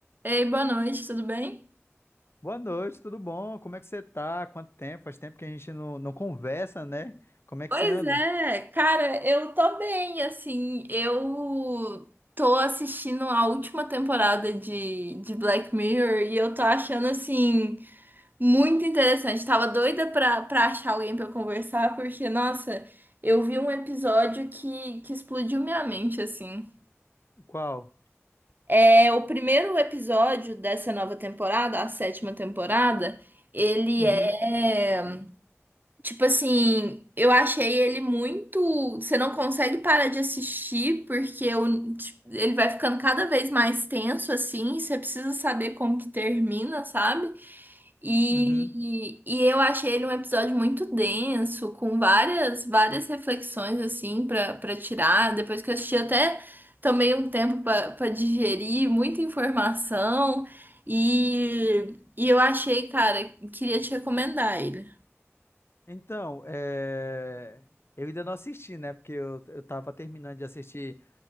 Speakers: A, on the right; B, on the left.
A: Ei, boa noite, tudo bem?
B: Boa noite, tudo bom? Como é que você tá? Quanto tempo? Faz tempo que a gente não, não conversa, né? Como é
A: Pois
B: que você anda?
A: é, cara, eu tô bem, assim, eu tô assistindo a última temporada de, de Black Mirror e eu tô achando, assim, muito interessante. Tava doida pra, pra achar alguém pra conversar, porque, nossa, eu vi um episódio que, que explodiu minha mente, assim.
B: Qual?
A: É, o primeiro episódio dessa nova temporada, a sétima temporada, ele
B: Uhum,
A: é. Tipo assim, eu achei ele muito. Você não consegue parar de assistir, porque o- tipo, ele vai ficando cada vez mais tenso, assim. Você precisa saber como que termina, sabe? E,
B: uhum.
A: e eu achei ele um episódio muito denso, com várias, várias reflexões, assim, pra, pra tirar. Depois que eu assisti, até tomei um tempo pra, pra digerir, muita informação. E, e eu achei, cara, queria te recomendar ele.
B: Então, é... eu ainda não assisti, né? Porque eu, eu tava terminando de assistir